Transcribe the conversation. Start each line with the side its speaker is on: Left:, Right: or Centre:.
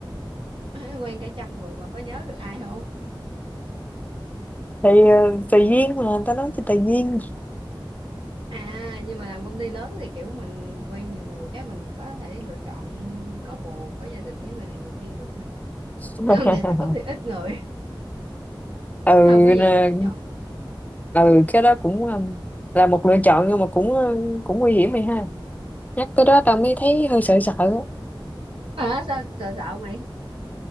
Right: <laughs> quen cả trăm người mà có nhớ được ai không
Left: thì ờ, tùy duyên mà người ta nói cho tùy duyên
Right: À, nhưng mà làm công ty lớn thì kiểu mình quen nhiều người cái mình có thể lựa chọn có bồ, có gia đình với người này người kia được mày.
Left: <laughs>
Right: <laughs> Công ty startup thì ít người,
Left: ừ
Right: không có nhiều
Left: nè,
Right: sự lựa chọn.
Left: ừ cái đó cũng um, là một lựa chọn nhưng mà cũng uh, cũng nguy hiểm mày ha nhắc tới đó tao mới thấy hơi sợ sợ á.
Right: À, sao sợ sợ mày?